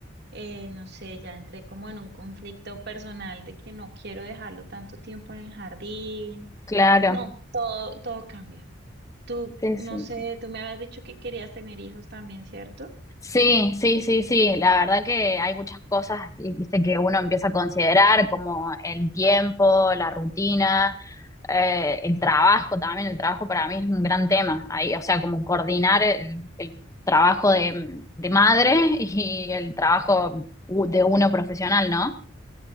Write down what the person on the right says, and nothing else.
eh, no sé, ya entré como en un conflicto personal de que no quiero dejarlo tanto tiempo en el jardín.
No, todo, todo cambia. Tú,
no
sé,
tú me habías dicho que querías tener hijos también, ¿cierto?